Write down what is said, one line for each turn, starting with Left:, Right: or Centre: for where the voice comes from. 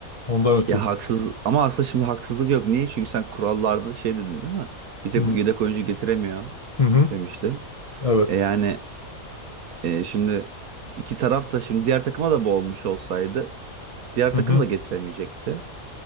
Left: Ondan ötürü.
Right: Ya haksız ama aslında şimdi haksızlık yok. Niye? Çünkü sen kurallarda şey dedin değil mi? Yedek,
Left: Hmm.
Right: yedek oyuncu getiremiyor
Left: Hı hı.
Right: demiştin.
Left: Evet.
Right: E yani e, şimdi iki taraf da şimdi diğer takıma da bu olmuş olsaydı diğer
Left: Hı
Right: takım
Left: hı.
Right: da getiremeyecekti.